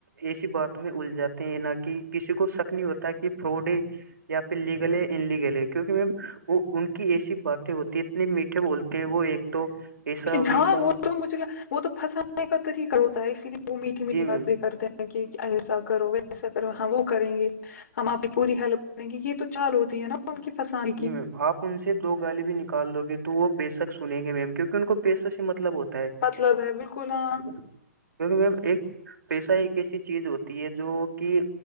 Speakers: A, on the right; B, on the left.
A: ایسی بات میں الجھاتے ہیں نہ کہ کسی کو شک نہیں ہوتا کہ فراڈ یا پھر لیگل ہےیا ان لیگل ہے کیونکہ وہ ان کی ایسی باتیں ہوتی اتنے میٹھے بولتے ہیں وہ ایک تو ایسا ویسا
B: جاں وہ تو مجھے وہ تو پھنسانے کا طریقہ ہوتا ہے اسی لیے وہ میٹھی میٹھی
A: جی میم
B: باتیں کرتے کہ ایسا کرو ویسا کرو ہاں وہ کریں گے ہم آپ کی پوری ہیلپ کریں گے یہ تو چال ہوتی ہے نا ان کی فسان
A: جی میم آپ ان سے دو گالی بھی نکال دوو گے تو وہ بے شک سنیں گے میم کیونکہ ان کو پیسوں سے مطلب ہوتا ہے
B: مطلب ہے بالکل ہاں
A: کیونکہ میم ایک پیسہ ایک ایسی چیز ہوتی ہے جو کہ